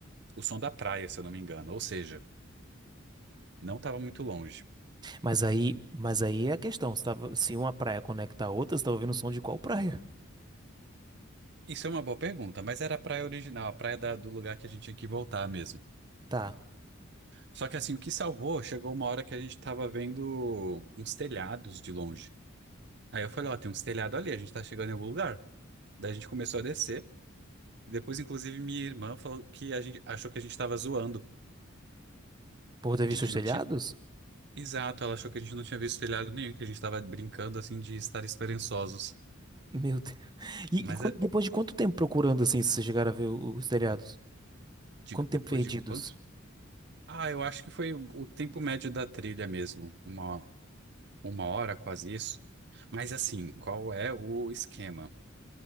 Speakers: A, on the right; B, on the right.
A: o som da praia, se eu não me engano. Ou seja, não tava muito longe.
B: Mas aí, mas aí é a questão, você tava, se uma praia conecta a outra, você tá ouvindo o som de qual praia?
A: Isso é uma boa pergunta, mas era a praia original, a praia da- do lugar que a gente tinha que voltar mesmo.
B: Tá.
A: Só que assim, o que salvou, chegou uma hora que a gente tava vendo uns telhados de longe. Aí eu falei, ó, tem uns telhados ali, a gente tá chegando em algum lugar. Daí a gente começou a descer. Depois, inclusive, minha irmã falou que a gente achou que a gente tava zoando,
B: Por ter
A: de
B: visto
A: que
B: os
A: não
B: telhados?
A: tinha. <laughs> Exato, ela achou que a gente não tinha visto telhado nenhum, que a gente tava brincando assim de estar esperançosos.
B: Meu Deus. E,
A: Mas
B: e quan-
A: é,
B: depois de quanto tempo procurando assim, vocês chegaram a ver o- os telhados?
A: de-
B: Quanto
A: depois
B: tempo perdidos?
A: de quanto? Ah, eu acho que foi o tempo médio da trilha mesmo, uma, uma hora, quase isso. Mas assim, qual é o esquema?